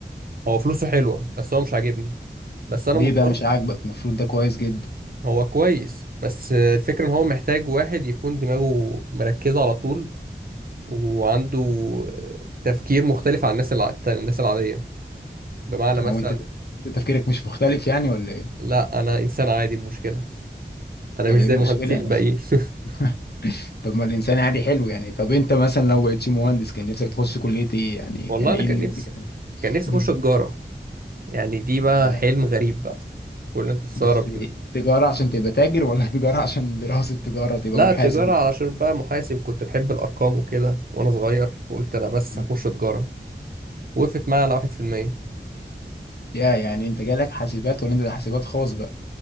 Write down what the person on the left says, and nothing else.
ليه
بقى مش عاجبك المفروض ده كويس جدا
هو انت انت تفكيرك مش مختلف يعني ولا ايه
طب
ايه
المشكلة
<laughs> طب ما الانسان عادي حلو يعني طب انت مثلا لو بقيتش مهندس كان نفسك تخش كلية ايه يعني
كان
ايه
اللي
انت كده
مم.
آه،
بس تجارة عشان تبقى تاجر ولا <laughs> تجارة عشان دراسة تجارة تبقى
محاسب
وكده
مم.
يا يعني انت جالك حاسبات ولا انت حاسبات خاص بقى